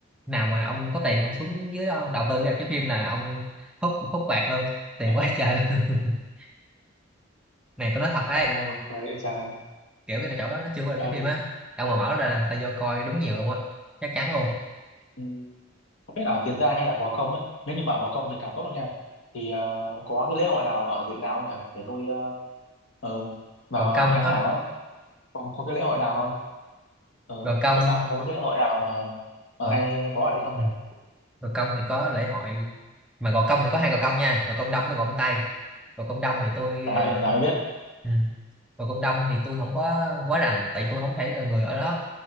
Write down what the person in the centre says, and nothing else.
nào mà ông có tiền ông xuống dưới đó ông đầu tư cái rạp chiếu phim là ông hút hút bạc luôn tiền
quá trời luôn <laughs> này tôi nói thật đấy
kiểu cái chỗ đó nó chưa có được
cái phim á ông mà mở ra là người ta vô coi đúng nhiều luôn á chắc chắn luôn
Gò Công
hả
Gò Công
Gò
ừ.
gò công thì có lễ hội mà gò công thì có hai gò công nha gò công đông với gò công tây gò công đông thì tôi
ờ,
ừ. gò công đông thì tôi không có quá rành tại vì tôi không phải là người ở đó